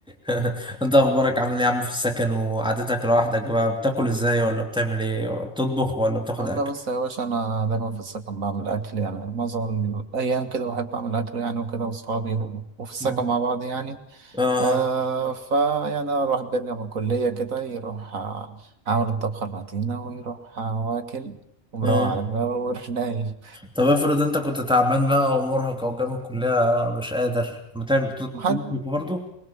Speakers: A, in the centre; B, on the right.
A: <laughs> انت اخبارك عامل ايه يا عم في السكن وقعدتك لوحدك بقى بتاكل ازاي ولا بتعمل ايه ولا بتطبخ ولا بتاخد
B: والله
A: اكل
B: بس يا باشا انا دايما في السكن بعمل اكل يعني معظم الايام كده بحب اعمل اكل يعني وكده واصحابي وفي السكن
A: مم.
B: مع بعض يعني
A: اه
B: آه فيعني أنا الواحد بيرجع من الكلية كده يروح آه، عامل الطبخة المتينة ويروح آه، واكل ومروق
A: اه
B: على دماغه ويروح نايم
A: طب افرض انت كنت تعبان بقى ومرهق او جامد الكلية مش قادر بتعمل بتطبخ
B: محد
A: برضه